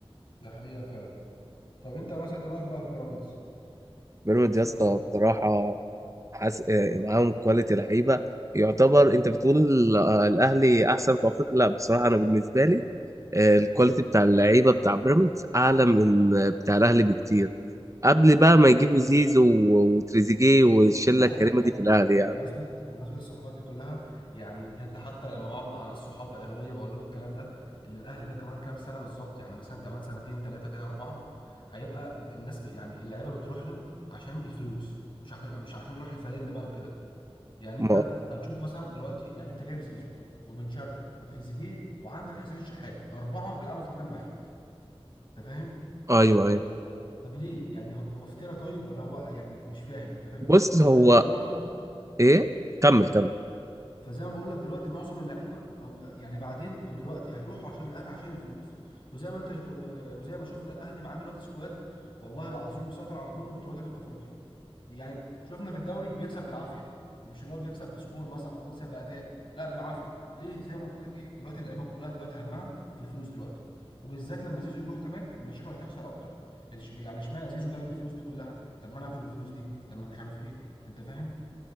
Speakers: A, on the left; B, on the right.
A: ده حقيقه فعلا طب انت مثلا ايه رايك بقى في بيراميدز
B: بيراميدز
A: الموسم
B: يا اسطى
A: ده
B: بصراحه حاس... آه، معاهم كواليتي لعيبه يعتبر انت بتقول آه، الاهلي احسن في افريقيا لا بصراحه انا بالنسبه لي آه، الكواليتي بتاع اللعيبه بتاع بيراميدز اعلى من
A: ايه
B: آه، بتاع الاهلي بكتير قبل بقى ما
A: دي
B: يجيبوا
A: حقيقه
B: زيزو و- وتريزيجيه والشله
A: انا عايز
B: الكريمه
A: اقول لك حاجه
B: دي في الاهلي يعني
A: بمناسبه بمناسبه الصفقات دي كلها يعني بجد حتى لما بقعد مع ناس صحابي اهلاويه بقول لهم الكلام ده ان الاهلي ده كمان كام سنه بالظبط يعني مثلا كمان سنتين ثلاثه كده اربعه هيبقى ال- الناس ب... يعني اللعيبه بتروح له عشان الفلوس مش عشان مش عشان يروح الفالنه بقى وكده يعني
B: ما...
A: انت هنشوف مثلا دلوقتي يعني انت جايب زيزو وبن شرقي وتريزيجيه وعندك حسين الشحات اربعه بيلعبوا في مكان واحد انت فاهم
B: ايوه ايوه
A: ت- طب ليه يعني هو هو افترى طيب ولا هو يعني مش فاهم انت فاهم
B: بص
A: فانت
B: هو
A: دلوقتي معظم
B: ايه كمل كمل
A: فزي ما بقول لك دلوقتي معظم اللعيبه او يعني بعدين او دلوقتي هيروحوا عشان الاهلي عشان الفلوس وزي ما انت و- وزي ما شفنا الاهلي معاه دلوقتي سكواد والله العظيم بيسيطر على كل البطولات اللي في افريقيا يعني شفنا في الدوري بيكسب بالعافيه مش اللي هو بيكسب بسكور مثلا او بيكسب باداء لا بالعافيه ليه زي ما قلت لك ايه دلوقتي اللعيبه كلها دلوقتي همها في الفلوس دلوقتي وبالذات لما زيزو يروح كمان المشاكل هتحصل اكتر الش- يعني اشمعنى زيزو جايب الفلوس دي كلها طب ما انا اخد الفلوس دي طب ما مش عارف ايه انت فاهم